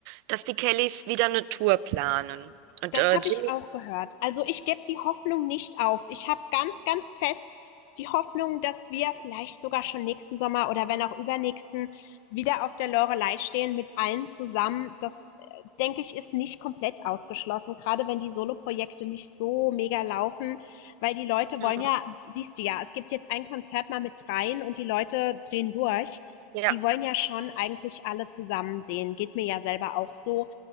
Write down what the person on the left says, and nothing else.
Das
habe
ich auch gehört. Also ich gebe die Hoffnung nicht auf. Ich habe ganz, ganz fest die Hoffnung, dass wir vielleicht sogar schon nächsten Sommer oder wenn auch übernächsten wieder auf der Loreley stehen mit allen zusammen. Das, äh, denke ich, ist nicht komplett ausgeschlossen, gerade wenn die Soloprojekte nicht so mega laufen, weil die Leute
wollen ja, siehst du ja, es gibt jetzt ein Konzert mal mit dreien und die Leute drehen durch.
Die wollen ja schon eigentlich alle zusammen sehen. Geht mir ja selber auch so